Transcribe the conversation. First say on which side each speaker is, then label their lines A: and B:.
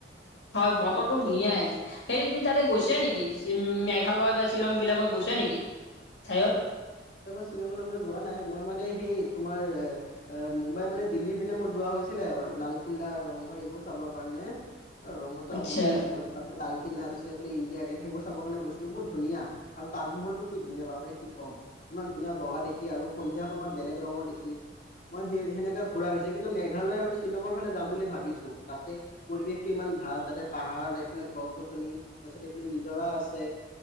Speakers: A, on the left; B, on the left.
A: হয় বতৰটো ধুনীয়াই হেৰি তুমি তাতে গৈছা নেকি যিম মে মেঘালয় বা শ্বিলং বিলাকত গৈছা নেকি? ঠাইত
B: শ্বিলঙলৈ মই যোৱা নাই মই মানে সেই তোমাৰ মুম্বাই মানে দিল্লীৰ পিনে মোৰ যোৱা হৈছিলে এবাৰ কিল্লা ৰংঘৰ এইবোৰ চাবৰ কাৰণে ৰংঘৰটো
A: আচ্ছা
B: অসমতে আছে বাৰ তালক আ এইফাল ইণ্ডিয়া গেট সেইবোৰ চাব কাৰণে গৈছিলো বহুত ধুনীয়া আৰু তাজহলটো ঠিক ন বাপৰে কি কম ইমান ধুনীয়া বগা দেখি আৰু সন্ধিয়া সময়ত বেলেগ ৰঙৰ দেখি। মই সেই সেনেকা ঘূৰা হৈছে। কিন্তু মেঘালয় আৰু শ্বিলঙৰ ফালে যাম বুলি ভাবিছো তাতে পৰিৱেশ টো ইমান ভাল তাতে পাহাৰ এইফালে। গছ গছনি তাৰপিছত এইফালে নিজৰা আছে